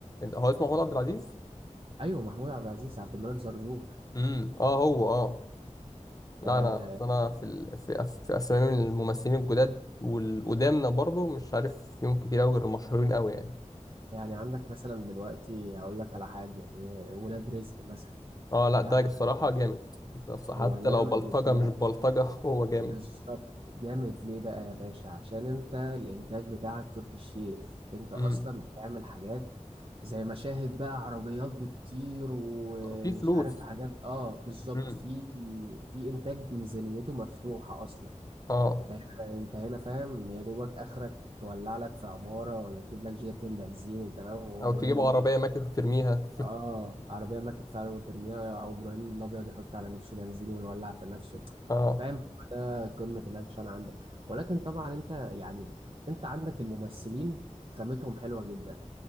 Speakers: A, on the left; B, on the right.
A: هو اسمه محمود عبد العزيز
B: ايوه محمود عبد العزيز عبد الملك زرزور
A: امم اه هو اه لا
B: آه
A: انا اصل انا في ال... في, أس... في اسامي من الممثلين الجداد والقدامنا برضو مش عارف فيهم كتير قوي غير المشهورين قوي يعني
B: يعني عندك مثلا دلوقتي هقول لك على حاجه آه، ولاد رزق مثلا
A: اه لا
B: بتاع
A: ده
B: أحمد
A: الصراحه
B: عز.
A: جامد بس حتى
B: هو جامد
A: لو بلطجه
B: وكل
A: مش
B: حاجه
A: بلطجه <laughs> هو جامد
B: بالظبط جامد ليه بقى يا باشا عشان انت الانتاج بتاعك تركي الشيخ انت اصلا
A: امم
B: بتعمل حاجات زي مشاهد بقى عربيات بتطير ومش
A: في فلوس
B: عارف حاجات اه بالظبط
A: امم
B: في في انتاج ميزانيته مفتوحة اصلا
A: اه
B: انت هنا انت هنا فاهم يا دوبك اخرك تولع لك في عمارة ولا تجيب لك جيرتين بنزين انت فاهم وابراهيم
A: او تجيب
B: الله
A: عربيه ماكس وترميها
B: اه عربيه ماتت فعلا وترميها او ابراهيم الابيض يحط على نفسه بنزين ويولع في نفسه
A: <laughs> اه
B: فاهم ده قمه الاكشن عندك ولكن طبعا انت يعني انت عندك الممثلين خامتهم حلوه جدا